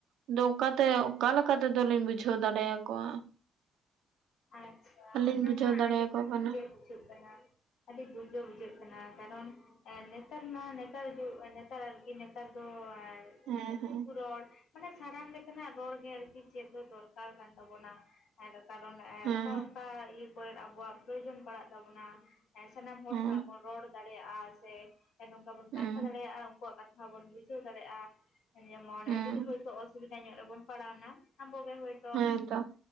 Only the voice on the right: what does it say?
ᱟᱫᱚ ᱚᱱᱠᱟᱛᱮ ᱚᱠᱟᱠᱟ ᱛᱮᱫᱚ ᱞᱤᱧ ᱵᱩᱡᱷᱟᱹᱣ ᱫᱟᱲᱮᱭᱟᱠᱚᱣᱟ?
ᱟᱹᱞᱤᱧ ᱵᱩᱡᱷᱟᱹᱣ
ᱫᱟᱲᱮᱭᱟᱠᱚ
ᱠᱟᱱᱟ
ᱦᱮᱸ
ᱦᱮᱸ
ᱦᱮᱸ
ᱦᱮᱸ
ᱦᱮᱸ
ᱦᱮᱸ
ᱦᱮᱸᱛᱚ